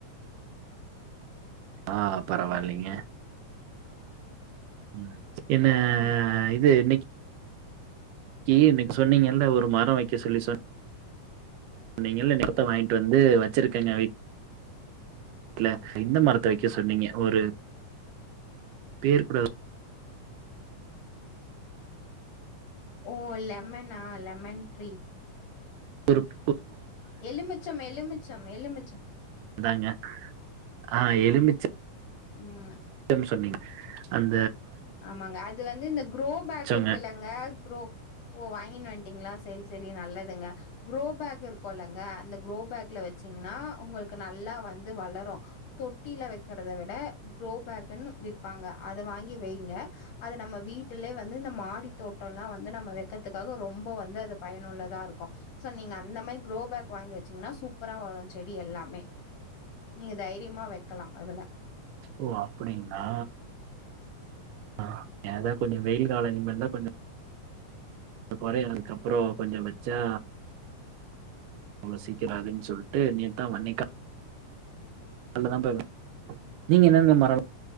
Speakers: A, on the right; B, on the left.
A: ஆஹ் பரவால்லைங்க
B: சரிங்க.
A: உம் என்னே
B: ம்.
A: இது இன்னைக் கி இன்னிக் சொன்னிங்கல்ல ஒரு மரோ வெக்க சொல்லி சொன் சொன்னிங்கள்ல நத்த வாங்கிட்டு வந்து வெச்சிருக்கங்க வீட் ல எந்த மரத்த வைக்க சொன்னிங்க ஒரு பேர் கூட
B: ஓ இல்ல ம்மன்னா லெமன் ட்ரீ
A: ஒருப்
B: எலுமிச்சம் எலுமிச்சம் எலுமிச் ச
A: அதாங்க ஆஹ் எலுமிச்ச
B: ம். <unintelligible>
A: டம் சொன்னிங் அந்
B: ஆமாங்க அது வந்து இந்த குரோ
A: வச்சோங்க
B: பேக் இருக்குல்லங்க குரோ ஓ வாங்கினு வன்டிங்ளா செரி செரி நல்லதுங்க குரோ பேக் இருக்கோலங்க அந்த குரோ பேக்ல வெச்சிங்கனா உங்களுக்கு நல்லா வந்து வளரு தொட்டில வக்கிறத விட குரோ பேக்குன் விப்பாங்க அத வாங்கி வெய் க அது நம்ம வீட்டுலே வந்து இந்த மாடி தோட்டோலா வந்து நம்ம வெக்கெற்துக்காக ரொம்பொ வந்து அது பயனுள்ளதா இருக்கு சோ நீங்க அந்த மாய் குரோ பேக் வாங்கி வச்சிங்கனா சூப்பரா வரு செடி எல்லாமே நீங்க தைரியமா வைக்கலா அதுல
A: ஓ அப்படிங்ளா ஆஹ் ஏதா கொஞ்சொ வெயில் காலொ இனிமேல்தா கொஞ்சொ குறையறக்கப்புறோ கொஞ்சொ வச்சா அவ்ளோ சீக்கிராதுன்னு சொல்ட்டு நேத்தா வன்னிக்க நல்லதா பேவ் நீங்க என்னென்ன மரொல்